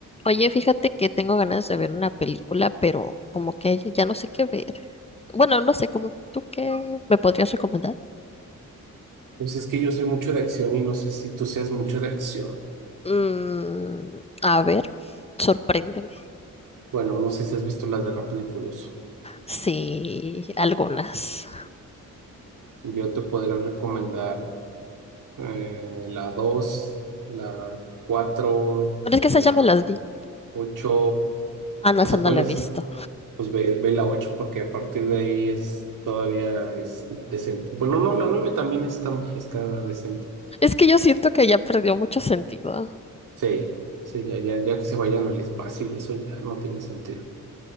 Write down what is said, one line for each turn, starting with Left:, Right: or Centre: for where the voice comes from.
Left: Oye, fíjate que tengo ganas de ver una película, pero como que ya no sé qué ver. Bueno, no sé, como tú qué me podrías recomendar.
Right: Pues es que yo soy mucho de acción y no sé si tú seas mucho de acción.
Left: Mm, a ver, sorpréndeme.
Right: Bueno, no sé si has visto las de Rápido y Furioso.
Left: Sí, algunas.
Right: Yo te podría recomendar eh, la 2 la 4
Left: Pero es que
Right: y
Left: esas
Right: la
Left: ya me las vi.
Right: ocho
Left: Ah, no, esa
Right: O sea,
Left: no
Right: ¿cuál
Left: la
Right: es?
Left: he visto.
Right: Pues ve, ve la 8 porque a partir de ahí es todavía es decente. Bueno, no, la 9 también está, está decente.
Left: Es que yo siento que ya perdió mucho sentido.
Right: Sí, sí, ya, ya, ya que se vayan al espacio y eso ya no tiene sentido.